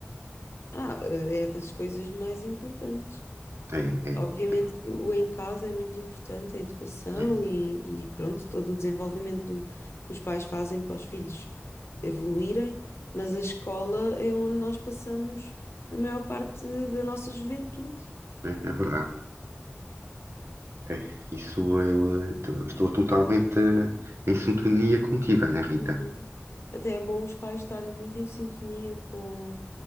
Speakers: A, on the left; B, on the right.
A: Ah, eh, é das coisas mais importantes.
B: É, é,
A: Obviamente
B: é,
A: que o em casa é muito importante, a educação
B: é,
A: e, e pronto, todo o desenvolvimento do- que os pais fazem para os filhos evoluírem, mas a escola é onde nós passamos a maior parte da nossa juventude.
B: é, é verdade. É, isso eu eh, t- estou totalmente eh, em sintonia contigo, Ana Rita.
A: Uhum. Até é bom os pais estarem muito em sintonia com,